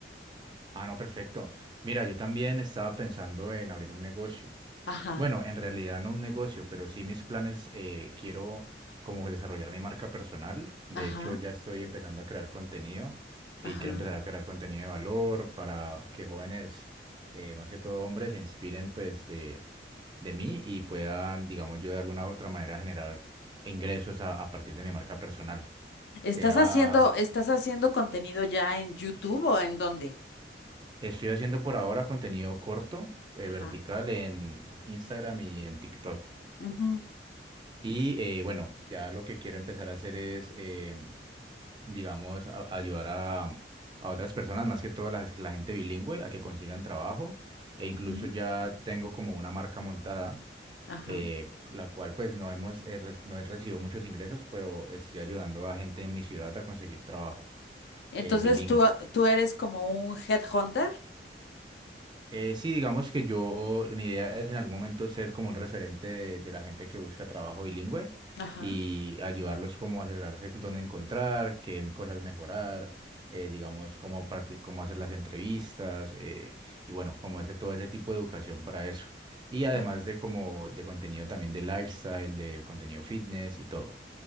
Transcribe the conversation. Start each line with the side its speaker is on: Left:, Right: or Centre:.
Right: Ah, no, perfecto. Mira, yo también estaba pensando en abrir un negocio.
Left: Ajá,
Right: Bueno, en realidad no un negocio, pero sí mis planes, eh, quiero como desarrollar mi marca personal. De
Left: ajá,
Right: hecho, ya estoy empezando a crear contenido y
Left: ajá.
Right: quiero empezar a crear contenido de valor para que jóvenes, eh, más que todo hombres, se inspiren pues de, de mí y puedan, digamos yo, de alguna u otra manera generar ingresos a, a partir de mi marca personal.
Left: ¿Estás
Right: Sea,
Left: haciendo, estás haciendo contenido ya en YouTube o en dónde?
Right: estoy haciendo por ahora contenido corto, eh,
Left: Ajá.
Right: vertical en Instagram y en TikTok.
Left: ujú,
Right: Y eh, bueno, ya lo que quiero empezar a hacer es, em, digamos, a- ayudar a, a otras personas, más que todo las- la, gente bilingüe, a que consigan trabajo. E incluso
Left: ujú,
Right: ya tengo como una marca montada,
Left: Ajá.
Right: eh, la cual pues no hemos, eh, re- no he recibido muchos ingresos, pero estoy ayudando a gente en mi ciudad a conseguir trabajo
Left: Entonces
Right: eh, bilingüe.
Left: tú, tú eres como un headhunter.
Right: Eh, sí, digamos que yo, mi idea es en algún momento ser como un referente de, de la gente que busca trabajo bilingüe
Left: Ajá,
Right: y ayudarlos como a asesorarse dónde encontrar, qué cosas mejorar, eh, digamos, cómo, parti- cómo hacer las entrevistas eh, y bueno, como ese, todo ese tipo de educación para eso. Y además
Left: ajá.
Right: de como de contenido también de lifestyle, de contenido fitness y todo,